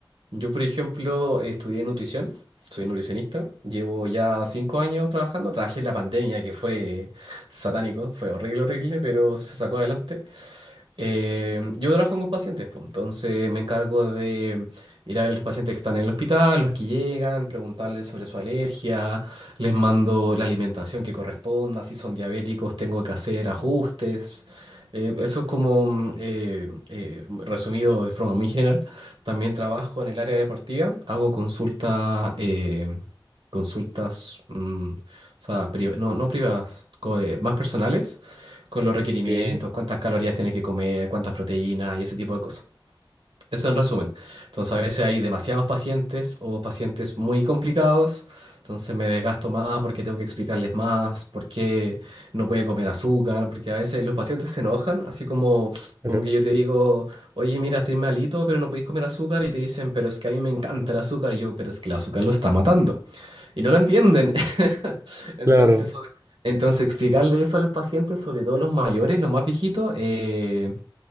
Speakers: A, on the right; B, on the right.
A: yo, por ejemplo, estudié nutrición. Soy nutricionista, llevo ya cinco años trabajando, trabajé en la pandemia que fue satánico, fue horrible, horrible, pero se sacó adelante. Eh, yo trabajo con pacientes, pues, entonces me encargo de ir a ver a los pacientes que están en el hospital, los que llegan, preguntarles sobre su alergia, les mando la alimentación que corresponda, si son diabéticos tengo que hacer ajustes. Eh, eso es como mm, eh, eh, resumido de forma muy general. También trabajo en el área deportiva, hago consulta, eh, consultas, mm, o sea, priva- no, no privadas, co- eh, más personales con los requerimientos,
B: ¿sí?
A: cuántas calorías tiene que comer, cuántas proteínas y ese tipo de cosas. Eso en resumen. Entonces a veces hay demasiados pacientes o pacientes muy complicados, entonces me desgasto más porque tengo que explicarles más, por qué no puede comer azúcar, porque a veces los pacientes se enojan, así como,
B: Ajá.
A: como que yo te digo, oye, mira, estoy malito, pero no podéis comer azúcar y te dicen, pero es que a mí me encanta el azúcar y yo, pero es que el azúcar lo está matando y no lo entienden. <laughs> Entonces,
B: Claro,
A: sobre- entonces explicarle eso a los pacientes, sobre todo los mayores, los más viejitos, eh,